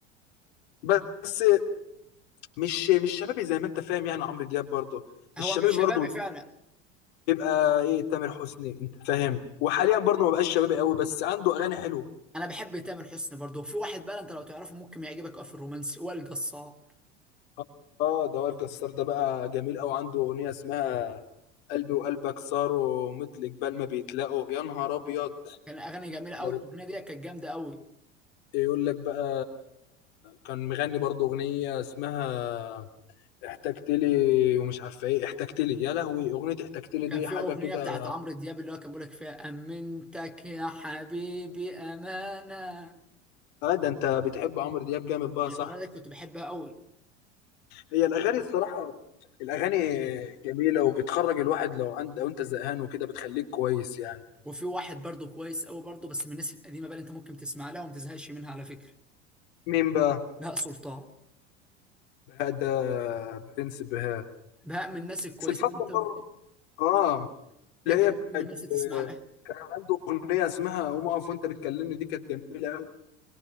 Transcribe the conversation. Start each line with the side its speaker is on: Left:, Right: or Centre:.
Left: بس مش مش شبابي زي ما انت فاهم يعني عمرو دياب برضه
Centre: هو
Left: الشبابي
Centre: مش
Left: برضه
Centre: شبابي فعلا
Left: بيبقى ايه تامر حسني انت فاهم وحاليا برضه ما بقاش شبابي قوي بس عنده اغاني حلوه
Centre: انا بحب تامر حسني برضه في واحد بقى انت لو تعرفه ممكن يعجبك قوي في الرومانسي وائل جسار
Left: اه آه، ده وائل جسار ده بقى جميل قوي عنده اغنيه اسمها قلبي وقلبك صاروا مثل جبال ما بيتلاقوا يا نهار ابيض
Centre: كان اغاني جميله قوي
Left: لو
Centre: الاغنيه ديت كانت جامده قوي
Left: يقول لك بقى كان مغني برضه اغنيه اسمها احتجت لي ومش عارفه ايه احتجت لي يا لهوي اغنيه احتجت لي
Centre: وكان
Left: دي
Centre: في
Left: حاجه
Centre: اغنيه
Left: كده
Centre: بتاعت عمرو دياب اللي هو كان بيقول لك فيها امنتك يا حبيبي امانه
Left: اه ده انت بتحب عمرو دياب جامد بقى
Centre: الاغنيه
Left: صح
Centre: دي كنت بحبها قوي
Left: هي الاغاني الصراحه الاغاني جميله وبتخرج الواحد لو عند لو انت زهقان وكده بتخليك كويس يعني
Centre: وفي واحد برضو كويس قوي برضو بس من الناس القديمه بقى اللي انت ممكن تسمع لها وما تزهقش منها على فكره
Left: مين بقى
Centre: بهاء سلطان
Left: بهاء ده برنس بهاء
Centre: بهاء من الناس الكويسه
Left: بس الفتره
Centre: اللي انت
Left: اللي
Centre: ممكن
Left: هو اه
Centre: اللي
Left: اللي
Centre: انت ممكن
Left: هي بتاعت
Centre: من الناس اللي
Left: آه،
Centre: تسمع لها
Left: كان عنده اغنيه اسمها قوم اقف وانت بتكلمني دي كانت جميله قوي